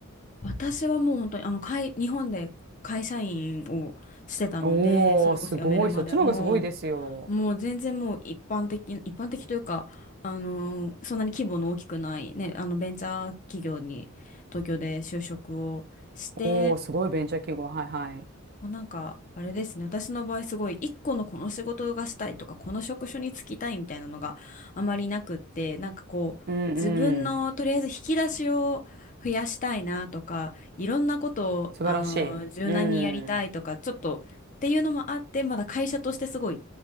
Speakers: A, on the left (about 35°); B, on the right (about 45°).
A: 私はもう本当にあの会、日本で会社員をしてたので、
B: おー、
A: それこそ辞めるまではもう、
B: すごい。そっちの方がすごいですよ。
A: もう全然もう一般的、一般的というか、あのそんなに規模の大きくない、ね、あのベンチャー企業に東京で就職をして、
B: おー、すごいベンチャー企業。はいはい。
A: まあ、なんか、あれですね。私の場合すごい、一個のこの仕事がしたいとか、この職種に就きたいみたいなのがあまりなくって、なんかこう、
B: うんうん。
A: 自分のとりあえず引き出しを増やしたいなとか、いろんなことを、
B: 素晴らしい。
A: あの、柔軟にやりたいとか、
B: うん。う
A: ちょっとっていうのもあって、まだ会社としてすごい、